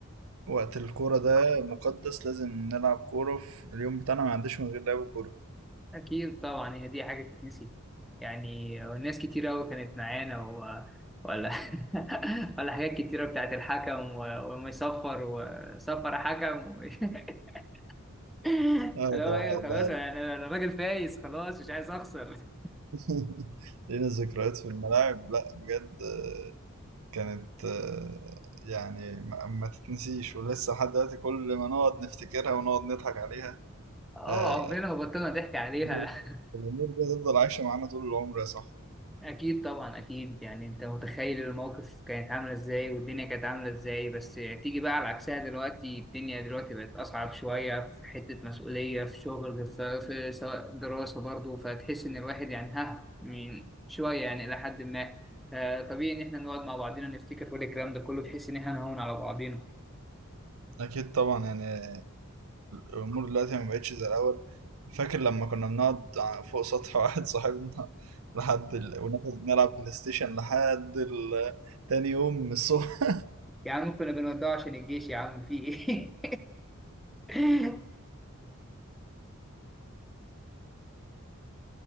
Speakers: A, on the right (about 75°); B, in the centre.
A: وقت الكورة ده مقدس لازم نلعب كورة في اليوم بتاعنا ما عنديش من غير لعب كورة
B: أكيد طبعا هي دي حاجة تتنسي يعني ناس كتير أوي كانت معانا و... ولا <laughs> ولا حاجات كتيرة بتاعت الحكم و... ومصفر وصفر حكم و... <laughs> اللي
A: اه طبعا
B: هو إيه خلاص
A: لا
B: يعني أنا أنا راجل فايز خلاص مش عايز أخسر <laughs>
A: <laughs> لينا ذكريات في الملاعب لا بجد آه، كانت آه، يعني ما ما تتنسيش ولسه لحد دلوقتي كل ما نقعد نفتكرها ونقعد نضحك عليها
B: أه
A: آه،
B: عمرنا ما بطلنا ضحك عليها
A: الأمور الأمور دي هتفضل عايشة معانا طول العمر يا صاحبي
B: أكيد طبعا أكيد يعني أنت متخيل الموقف كانت عاملة إزاي والدنيا كانت عاملة إزاي بس تيجي بقى على عكسها دلوقتي الدنيا دلوقتي بقت أصعب شوية في حتة مسؤولية في شغل في, في سواء دراسة برضه فتحس إن الواحد يعني ها من شوية يعني إلى حد ما فطبيعي إن إحنا نقعد مع بعضينا نفتكر كل الكلام ده كله بحيث إن إحنا نهون على بعضينا
A: اكيد طبعا يعني الامور دلوقتي ما بقتش زي الاول فاكر لما كنا بنقعد ع- فوق سطح واحد صاحبنا <laughs> لحد ال... وناخد نلعب بلاي ستيشن لحد ال... تاني يوم من الصبح
B: يا عم كنا بنودعه عشان الجيش يا عم في إيه <laughs>